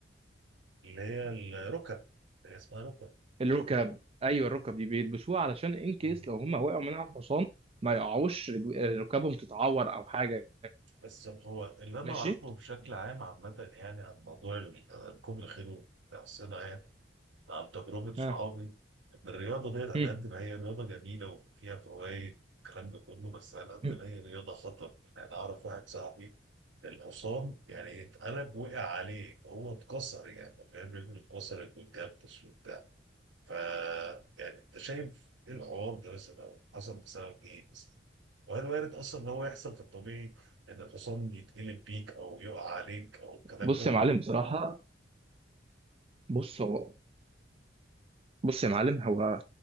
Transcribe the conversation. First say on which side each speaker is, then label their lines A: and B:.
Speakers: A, on the right; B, on the right.
A: اللي هي الركب هي اسمها ركب
B: الركب ايوه الركب دي بيلبسوها علشان ان كيس
A: مم.
B: لو هم وقعوا من على الحصان ما يقعوش رج- ركبهم تتعور او حاجه
A: بس هو اللي انا
B: ماشي
A: اعرفه بشكل عام عامة يعني عن موضوع ال- ركوب الخيل والحصينة يعني عن تجربة صحابي
B: ها
A: إن الرياضة ديت على
B: هم.
A: قد ما هي رياضة جميلة وفيها فوائد الكلام ده كله بس على قد
B: هم.
A: ما هي رياضة خطر يعني أعرف واحد صاحبي الحصان يعني اتقلب وقع عليه فهو اتكسر يعني فاهم رجله اتكسرت واتجبس وبتاع ف يعني أنت شايف إيه الحوار ده مثلا أو حصل بسبب إيه مثلا وهل وارد أصلا إن هو يحصل في الطبيعي إن الحصان يتقلب بيك أو يقع عليك أو الكلام
B: بص
A: ده ولا
B: يا معلم بصراحه بص هو بص يا معلم هو